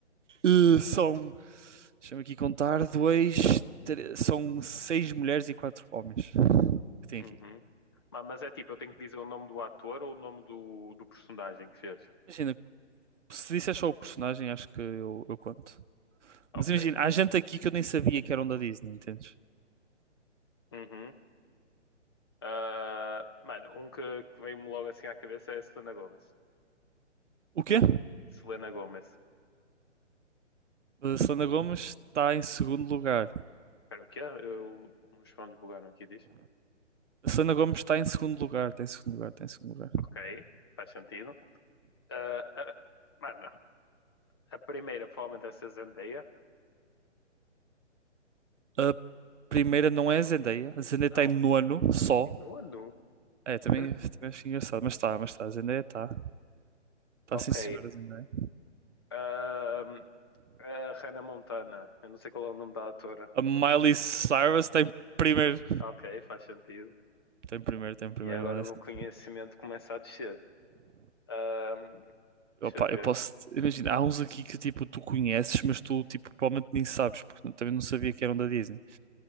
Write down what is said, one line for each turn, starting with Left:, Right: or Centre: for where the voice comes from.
Right: eh, são, deixa-me aqui contar, dois, tre- são seis mulheres e quatro homens que tem
Left: Uhum.
Right: aqui.
Left: Ma- Mas é tipo, eu tenho que dizer o nome do ator ou o nome do, do personagem que fez?
Right: Imagina, se disser só o personagem, acho que eu, eu conto.
Left: Ok.
Right: Mas imagina, há gente aqui que eu nem sabia que eram da Disney, entendes?
Left: Uhum. Ah, mano, um que, que veio-me logo assim à cabeça é a Selena Gomez.
Right: O quê?
Left: Selena Gomez.
Right: A Selena Gomez está em segundo lugar.
Left: Espera, o quê? Eu, os fones bugaram aqui, diz.
Right: A Selena Gomez está em segundo lugar, está em segundo lugar, está em segundo lugar.
Left: Ok, faz sentido. Ah, ah, mano, a primeira provavelmente deve ser Zendaya.
Right: A primeira não é a Zendaya. A Zendaya
Left: Não,
Right: está em nono só.
Left: em nono.
Right: É, também,
Left: Mas,
Right: também acho engraçado, mas está, mas está. A Zendaya está. Está
Left: ok.
Right: sim, senhora Zendaya.
Left: Ah, a Hannah Montana. Eu não sei qual é o nome da atora.
Right: A Miley Cyrus está em primeiro.
Left: Ok, faz sentido.
Right: Tem primeiro, tem primeiro
Left: E agora
Right: a Miley
Left: o
Right: Cyrus.
Left: meu conhecimento começa a descer. Ah,
Right: Opa,
Left: deixa eu ver.
Right: eu posso. Imagina, há uns aqui que tipo, tu conheces, mas tu tipo, provavelmente nem sabes, porque também não sabia que eram da Disney.